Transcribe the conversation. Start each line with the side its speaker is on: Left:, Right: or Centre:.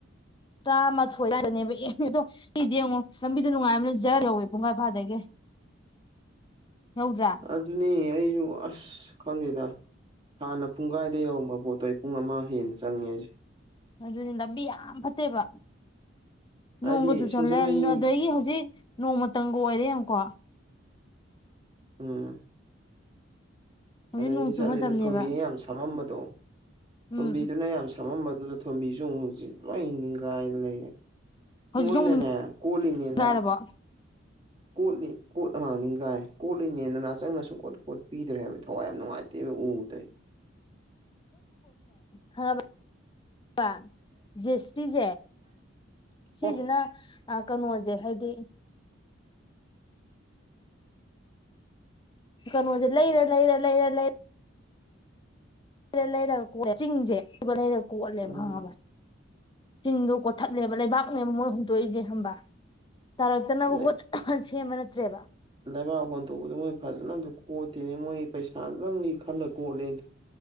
Left: ꯇꯔꯥꯃꯥꯊꯣꯏ ꯇꯥꯏꯊꯣꯏꯅꯦꯕ ꯑꯦꯝ ꯌꯦꯡ ꯗꯣ ꯃꯤꯒꯤꯗꯤ ꯌꯦꯡꯉꯣ ꯂꯝꯕꯤꯗꯣ ꯅꯨꯡꯉꯥꯏꯕꯅꯤꯅ ꯖꯥ ꯌꯧꯋꯤ ꯄꯨꯡꯈꯥꯏ ꯐꯥꯗꯒꯤ ꯌꯧꯗ꯭ꯔꯥ
Right: ꯑꯗꯨꯅꯤ ꯑꯩ ꯁꯨ ꯑꯁ ꯈꯪꯗꯦꯗ ꯍꯥꯟꯅ ꯄꯨꯡꯈꯥꯏꯗ ꯌꯧꯔꯝꯕ ꯄꯣꯠꯇꯣ ꯑꯩ ꯄꯨꯡ ꯑꯃ ꯍꯦꯟꯅ ꯆꯪꯉꯦ ꯍꯥꯏꯁꯦ
Left: ꯑꯗꯨꯅꯤ ꯂꯝꯕꯤ ꯌꯥꯝ ꯐꯠꯇꯦꯕ ꯅꯣꯡꯒ
Right: ꯍꯥꯏꯁꯦ ꯍꯥꯏꯗꯤ
Left: ꯆꯨꯁꯜꯂꯦ
Right: ꯁꯤꯡꯖꯃꯩ
Left: ꯑꯗꯒꯤ ꯍꯧꯖꯤꯛ ꯅꯣꯡꯃ ꯇꯝꯒ ꯑꯣꯏꯔꯦ ꯌꯦꯡꯉꯨꯀꯣ
Right: ꯑꯝ
Left: ꯍꯧꯖꯤꯛ
Right: ꯑꯗꯩꯗꯤ
Left: ꯅꯣꯡ ꯆꯨ
Right: ꯆꯠꯂꯤꯗꯣ
Left: ꯃꯇꯝꯅꯦꯕ
Right: ꯊꯣꯝꯕꯤ ꯌꯥꯝ ꯁꯥꯃꯝꯕꯗ ꯇꯣ
Left: ꯎꯝ
Right: ꯇꯣꯝꯕꯤꯗꯨꯅ ꯌꯥꯝ ꯁꯃꯝꯕ ꯑꯗꯨꯅ ꯊꯣꯝꯕꯤꯁꯨ ꯑꯃꯨꯛ ꯍꯧꯖꯤꯛ ꯂꯣꯏ ꯅꯤꯡꯒꯥꯏꯗꯅ ꯂꯩꯔꯦ
Left: ꯍꯧꯖꯤꯛꯁꯨ
Right: ꯃꯣꯏꯅꯅꯦ
Left: ꯑꯃꯨꯛ ꯅꯤꯡꯁꯤꯡ
Right: ꯀꯣꯜꯂꯤꯅꯦꯅ
Left: ꯍꯥꯏꯔꯕꯣ
Right: ꯀꯣꯠꯂꯤ ꯀꯣꯠ ꯑ ꯅꯤꯡꯒꯥꯏ ꯀꯣꯠꯂꯤꯅꯦꯅꯥ ꯅꯆꯪꯅ ꯁꯨꯨꯡ ꯀꯣꯠ ꯀꯣꯠ ꯄꯤꯗ꯭ꯔꯦ ꯍꯥꯏꯕ ꯊꯋꯥꯏ ꯌꯥꯝ ꯅꯨꯡꯉꯥꯏꯇꯦꯕ ꯎꯕꯗ ꯑꯩ
Left: ꯈꯪꯉꯥꯕ ꯖꯦꯁꯄꯤꯁꯦ ꯁꯤꯁꯤꯅ
Right: ꯑꯣ
Left: ꯀꯩꯅꯣꯁꯦ ꯍꯥꯏꯗꯤ ꯀꯩꯅꯣꯖ ꯏꯔꯂ ꯏꯔꯂ ꯏꯔꯂ ꯔ ꯂꯩꯔꯒ ꯀꯣ ꯆꯤꯡꯁꯦ ꯑꯗꯨꯒ ꯂꯩꯔ ꯀꯣꯂꯦ
Right: ꯎꯝ
Left: ꯍꯕ ꯆꯤꯡꯗꯣ ꯀꯣꯊꯠꯂꯦꯕ ꯂꯩꯕꯥꯛꯅꯦꯕ ꯃꯣꯏꯅ ꯍꯨꯟꯇꯣꯛꯏꯁꯦ ꯍꯪꯕꯥ ꯇꯔꯛꯇꯅꯕꯨꯣ
Right: ꯂꯩ
Left: ꯁꯦꯝꯕ ꯅꯠꯇ꯭ꯔꯦꯕ
Right: ꯂꯩꯕꯥꯛ ꯍꯣꯟꯗꯣꯛꯄꯗ ꯃꯣꯏ ꯐꯖꯅ ꯑꯝꯇ ꯀꯣꯠꯇꯦꯅꯦ ꯃꯣꯏ ꯄꯩꯁꯥꯗꯪꯒꯤ ꯈꯜꯂ ꯀꯣꯠꯂꯦ